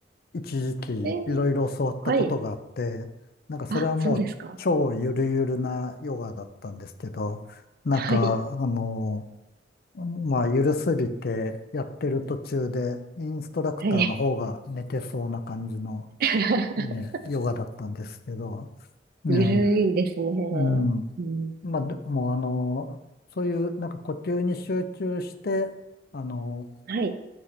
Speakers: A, on the left (about 55°); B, on the right (about 55°).
A: 一時期いろいろ教わったことがあって、
B: えーはい。
A: なんかそれはもう超ゆるゆるなヨガだったんですけど、
B: あ、そうですか。
A: なんか、
B: はい、
A: あの、まあ、ゆるすぎてやってる途中でインストラクターの方が寝てそうな感じの、
B: はい。<laughs>
A: ねヨガだったんですけど、ね
B: ゆるいですね。
A: え、うん。
B: うん、
A: まあ、でも、あの、そういう、なんか呼吸に集中して、あの、
B: はい、